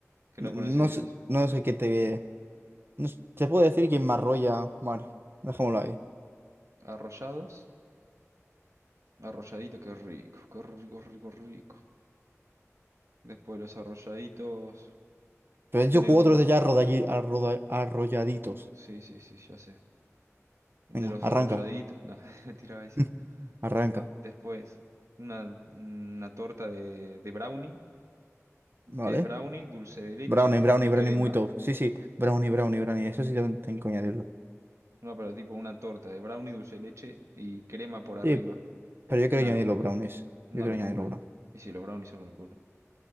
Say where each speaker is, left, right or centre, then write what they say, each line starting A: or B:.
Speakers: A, on the right; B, on the right.
A: que
B: No
A: no conoce a Dios.
B: sé, no sé qué te. No sé, te puedo decir quién me arrolla. Bueno, dejémoslo ahí.
A: Arrollados, arrolladito, qué rico, qué rico, rico, rico. Después los arrolladitos,
B: Pero he hecho
A: tenemos.
B: cuatro de ya arrodalli- arroda- arrolladitos.
A: Sí, sí, sí, ya sé. De
B: Venga,
A: los
B: arranca,
A: arrolladitos, no, <laughs> tiraba esa.
B: <laughs> arranca.
A: No, después, una, una torta de, de brownie,
B: Vale.
A: que es brownie, dulce de leche
B: Brownie, brownie,
A: y
B: brownie
A: crema.
B: muy top. Sí, sí, brownie, brownie, brownie. Eso sí tengo tengo que añadirlo.
A: No, pero tipo una torta de brownie, dulce de leche y crema por arriba.
B: Sí, pero yo quiero
A: Una
B: añadir
A: locura.
B: los brownies.
A: Una
B: Yo quiero
A: locura.
B: añadir los brownies.
A: Y sí, los brownies son una locura.